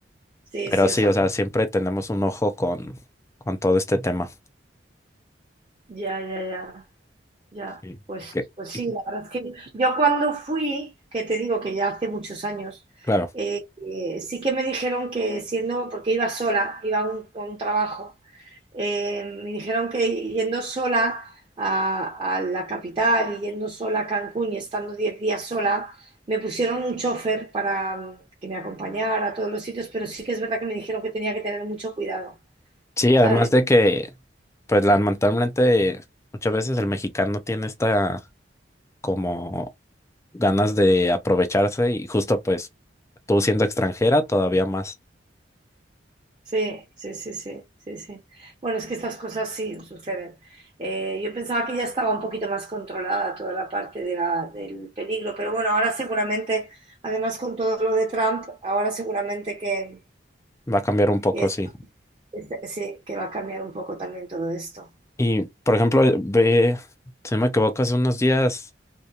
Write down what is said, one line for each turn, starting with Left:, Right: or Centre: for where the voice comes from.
Right: sí,
Left: Pero
Right: sí,
Left: sí,
Right: o sea,
Left: o sea, siempre tenemos un ojo con, con todo este tema.
Right: ya, ya, ya. Ya,
Left: Y,
Right: pues,
Left: y que,
Right: pues sí,
Left: y
Right: la verdad es que yo cuando fui, que te digo que ya hace muchos años,
Left: claro.
Right: eh, eh, sí que me dijeron que siendo, porque iba sola, iba a un, a un trabajo, eh, me dijeron que yendo sola a, a la capital y yendo sola a Cancún y estando 10 días sola, me pusieron un chofer para mm, que me acompañara a todos los sitios, pero sí que es verdad que me dijeron que tenía que tener mucho cuidado,
Left: Sí,
Right: ¿sabes?
Left: además de que, pues lamentablemente, muchas veces el mexicano tiene esta como ganas de aprovecharse y justo pues tú siendo extranjera todavía más
Right: Sí, sí, sí, sí, sí, sí. Bueno, es que estas cosas sí suceden. Eh, yo pensaba que ya estaba un poquito más controlada toda la parte de la- del peligro, pero bueno, ahora seguramente, además con todo lo de Trump, ahora seguramente que,
Left: va a cambiar un poco,
Right: que es-
Left: sí.
Right: es- sí, que va a cambiar un poco también todo esto.
Left: Y por ejemplo, ve, si no me equivoco, hace unos días